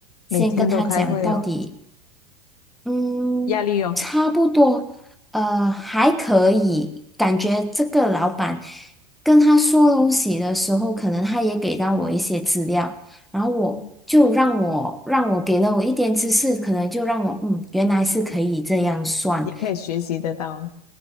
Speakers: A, on the left (about 65°); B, in the centre.
A: 每天都开会哦，
B: 先跟他讲到底。嗯，
A: 压力哦，
B: 差不多，呃，还可以。感觉这个老板跟他说东西的时候，可能他也给到我一些资料，然后我就让我让我给了我一点知识，
A: 嗯
B: 可能就让我嗯，原来是可以这样算。
A: 也可以学习得到啊